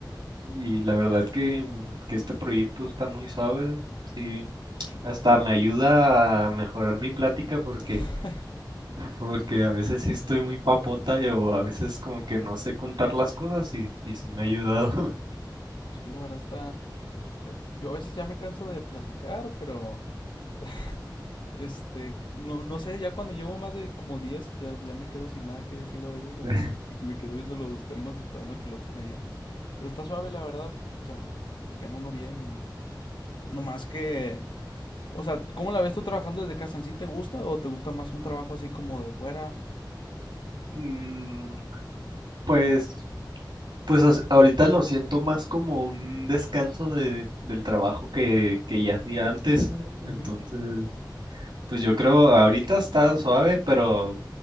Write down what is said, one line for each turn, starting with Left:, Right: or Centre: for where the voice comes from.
Right: y la verdad que, que este proyecto está muy suave, sí.
Left: Sí.
Right: Hasta me ayuda a mejorar mi plática porque,
Left: <laughs>
Right: porque a veces sí estoy muy papota eh, o a veces como que no sé contar las cosas y, y sí me ha ayudado.
Left: Sí, la verdad está... eh, Yo a veces ya me canso de platicar, pero... <laughs> Este, no, no sé, ya cuando llevo más de como 10, ya, ya me quedo sin nada que decir a veces, o
Right: <laughs>
Left: me, me quedo viendo los temas esperando a que el otro me diga. Pero está suave, la verdad. O sea, gana uno bien y... No más que... O sea, ¿cómo la ves tú trabajando desde casa? ¿En sí te gusta o te gusta más un trabajo así como de fuera?
Right: Mm, pues Pues as- ahorita lo siento más como un descanso de, del trabajo que, que ya hacía antes. Entonces,
Left: Ujú.
Right: pues yo creo ahorita está suave, pero